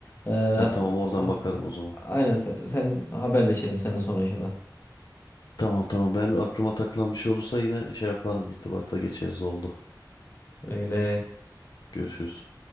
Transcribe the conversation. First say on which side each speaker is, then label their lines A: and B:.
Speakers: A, on the left; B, on the left.
A: E,
B: Ha, tamam oradan
A: a-
B: bakarım o zaman.
A: aynen sen, sen haberleşelim seninle sonra inşallah.
B: Tamam tamam ben aklıma takılan bir şey olursa yine şey yaparım irtibata geçeriz oldu.
A: Öyle.
B: Görüşürüz.